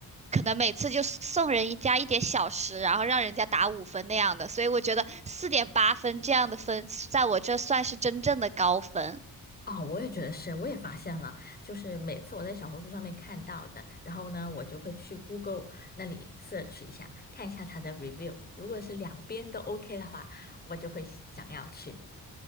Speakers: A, on the right; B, on the left.
A: 可能每次就送人一家一点小食，然后让人家打五分那样的。所以我觉得四点八分这样的分，在我这算是真正的高分。
B: 哦，我也觉得是，我也发现了，就是每次我在小红书上面看到的，然后呢，我就会去 Google 那里 search 一下，看一下它的 review，如果是两边都 OK 的话，我就会想要去。